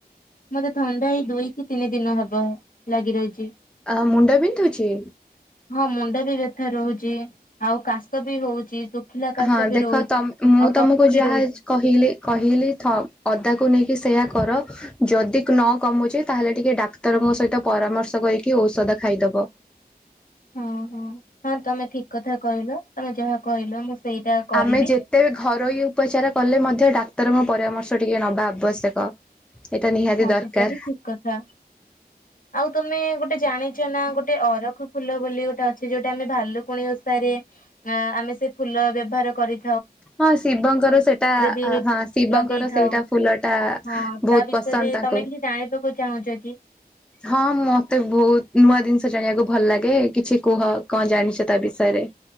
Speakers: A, on the left; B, in the centre.
A: ମୋତେ ଥଣ୍ଡା ଏଇ ଦୁଇ କି ତିନି ଦିନ ହବ। ଲାଗି ରହିଛି
B: ଅ ମୁଣ୍ଡ ବିନ୍ଧୁଛି।
A: ହଁ ମୁଣ୍ଡ ବି ବ୍ୟଥା ରହୁଛି ଆଉ କାଶ ବି ହଉଛି। ଶୁଖିଲା କାଶ
B: ହଁ
A: ବି
B: ଦେଖ
A: ରହୁଛି
B: ତ ମୁଁ
A: ଆଉ
B: ତମକୁ
A: କଫ
B: ଯାହା
A: ବି ରହୁଛି
B: କହିଲି କହିଲି ଅଦାକୁ ନେଇକି ସେଇ କର ଯଦି ନ କମୁଛି ତାହେଲେ ଟିକେ ଡାକ୍ତରଙ୍କ ସହିତ ପରାମର୍ଶ କରିକି ଔଷଧ ଖାଇଦବ।
A: ହଁ ହଁ ହଁ ତମେ ଠିକ କଥା କହିଲ। ତମେ ଯାହା କହିଲ ମୁଁ ସେଇଟା କରିବି
B: ଆମେ ଯେତେ ଘରୋଇ ଉପଚାର କଲେ ମଧ୍ୟ ଡା ତର ମୁଁ ପରାମର୍ଶ ଟିକେ ନବା ଆବଶ୍ୟକ। ଏଇଟା ନିହାତି
A: ହଁ
B: ଦରକାର।
A: ସେଟା ବି ଠିକ କଥା। ଆଉ ତମେ ଗୋଟେ ଗୋଟେ ଜାଣିଛ ନା ଗୋଟେ ଅରଖ ଫୁଲ ବୋଲି ଗୋଟେ ଅଛି ଯୋଉଟା ଆମେ ଭାଲୁକୁଣି ଓଷାରେ ଅ ଆମେ ସେ ଫୁଲ ବ୍ୟବହାର କରି
B: ହଁ ଶିବଙ୍କର ସେଟା
A: ବି
B: ହଁ ଶିବଙ୍କର
A: ଲଗେଇଥାଉ
B: ସେଇଟା ଫୁଲ ଟା
A: ହଁ
B: ବହୁତ
A: ତା ବିଷୟରେ
B: ପସନ୍ଦ। ତାଙ୍କୁ
A: ତମେ କିଛି ଜାଣିବାକୁ ଚାହୁଁଛ କି?
B: ହଁ ମତେ ବହୁତ ନୂଆ ଜିନିଷ ଜାଣିବାକୁ ଭଲ ଲାଗେ କିଛି କୁହ କଣ ଜାଣିଛ ତା ବିଷୟରେ।